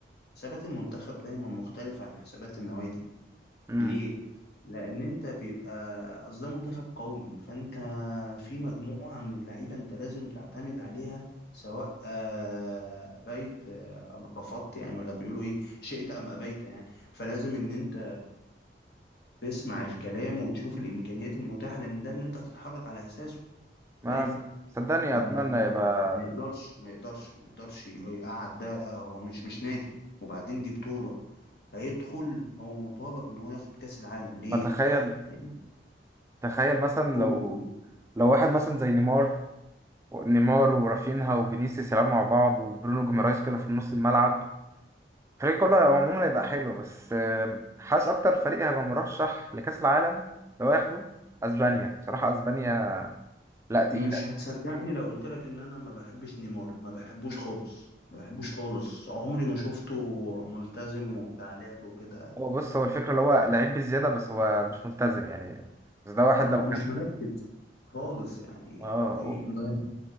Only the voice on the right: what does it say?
امم
ما
س- صدقني
اتمنى يبقى
ما تخيل
تخيل مثلا
لو لو واحد مثلا زي نيمار نيمار ورافينها وفينيسيوس يلعبوا مع بعض وبرونو جيمارايز كده في نص الملعب الفريق كله عموما هيبقى حلو بس آم، حاسس اكتر فريق هيبقى مرشح لكأس العالم لو ياخده اسبانيا بصراحة اسبانيا لا تقيل
هو بص هو الفكرة اللي هو لعيب بزيادة بس هو مش ملتزم يعني بس ده واحد
لو كان
اه